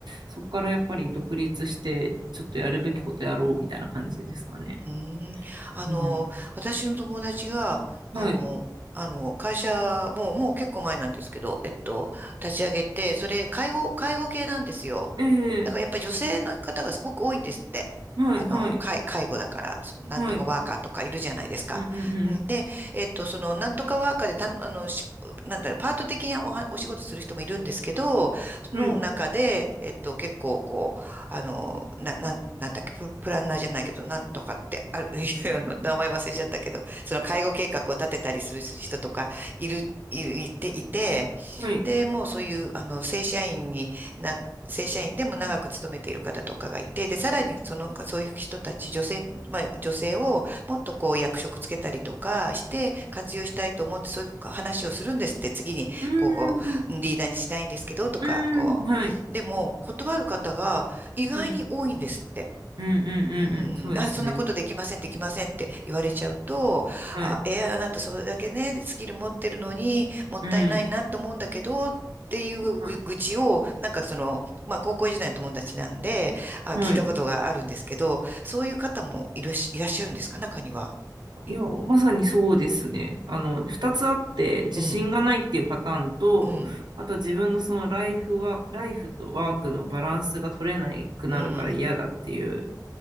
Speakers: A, on the right; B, on the right.
A: そこからやっぱり独立して、ちょっとやるべきことやろうみたいな感じですかね。
B: うーん。あの、
A: うん。
B: 私の友達が、
A: はい。
B: あの、あの、会社、もう、もう結構前なんですけど、えっと、立ち上げて、それ、介護、介護系なんですよ。
A: ええ
B: だからやっぱり女性の方がすごく多いんですって。
A: はい、
B: あの、
A: はい、
B: 介、介護だから、その、なんとかワーカーとかいるじゃないですか。
A: はい。うん、う
B: うん、
A: ん、
B: で、えっと、その、なんとかワーカーでたの、あの、しなんだろう、パート的におは、お仕事する人もいるんですけど、の中で、
A: うん。はい、
B: えっと、結構、こう、あの、な、なん、なんだっけ、プ、プランナーじゃないけど、なんとかって、ある、<laughs> いやあの、名前忘れちゃったけど、その介護計画を立てたりする人とか、いる、いる、いて、いて、
A: はい。
B: で、もうそういう、あの、正社員にな、正社員でも長く勤めている方とかがいて、で、さらにその、そういう人たち、女性、まあ、女性をもっとこう役職つけたりとかして活用したいと思って、そういう話をするんですって、次に、
A: うん、
B: こう、
A: うん、
B: リーダーにしないんですけど、とか、
A: うん、
B: こう。
A: はい。
B: でも、断る方が意外に多いんですって。
A: うん、うん、うん、
B: うん、
A: うん、うんそうですね。
B: あ、そんなことできません、できませんって言われちゃうと、
A: はい。
B: あ、えーあなたそれだけね、スキル持ってるのにもったいないなと思うんだけど、
A: うん。
B: っていうぐ愚痴を、
A: はい。
B: なんかその、まあ高校時代の友達なんで、あ、聞いたことがあるんですけど、
A: はい。
B: そういう方もいらっし、いらっしゃるんですか、中には。い
A: いや、まさにそうですね。あの、二つあって、自信がないっていうパターンと、
B: うん、うん、
A: あと自分のそのライフは、ライフとワークのバランスが取れなくなるから嫌だっていう
B: うん。